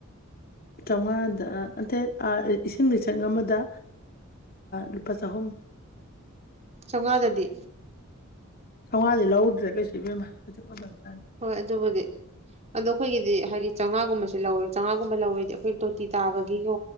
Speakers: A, on the left (about 45°); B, on the right (about 30°).
A: ꯆꯥꯝꯃꯉꯥꯗ ꯑꯠꯇꯦ ꯏꯁꯤꯡ ꯂꯤꯆꯪ ꯑꯃꯗ ꯂꯨꯄꯥ ꯆꯍꯨꯝ
B: ꯆꯪꯉꯗꯗꯤ
A: ꯆꯥꯝꯃꯉꯥꯗꯤ ꯂꯧꯧꯗ꯭ꯔꯦ ꯀꯩꯁꯨꯕꯦꯝꯃ ꯍꯧꯖꯤꯛ ꯃꯇꯝꯁꯦ
B: ꯍꯣꯏ ꯑꯗꯨꯕꯨꯗꯤ ꯑꯗꯣ ꯑꯩꯈꯣꯏꯒꯤꯗꯤ ꯍꯥꯏꯗꯤ ꯆꯥꯝꯃꯉꯥꯒꯨꯝꯕꯁꯦ ꯂꯧꯋꯦ ꯆꯥꯝꯃꯉꯥꯒꯨꯝꯕ ꯂꯧꯋꯗꯤ ꯑꯩꯈꯣꯏ ꯇꯣꯇꯤ ꯇꯥꯕꯒꯤ ꯀ